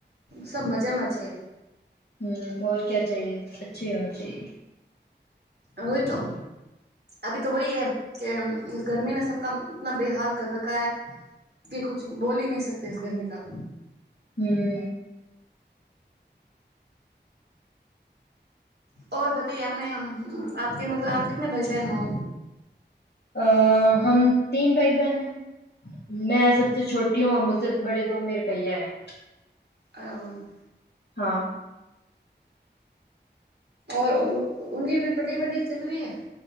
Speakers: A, on the right (about 65°); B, on the left (about 70°).
A: સબ મજામાં છે
B: હમ ઓર ક્યા ચાઈએ અચ્છી હોના ચાઈએ
A: હવે તો અભી તો વહી હૈ કે ગરમીને સબ કા ઉતના બેહાલ કર રખા હૈ કી કુછ બોલ ઈ નઈ સકતે ઈસ ગરમી કા
B: હમ
A: ઓ બતાયે આપને આપ કે મતલબ આપ કીતને ભાઈ બહેન હો
B: અ હમ તીન ભાઈ બહેન હૈ મેં સબસે છોટ ટી હો મુસે બડે દો મેરે ભૈયા હૈ
A: અમ
B: હા
A: ઓર ઉનકી ભી પઢાઈ વડાય ચલ રહી હૈ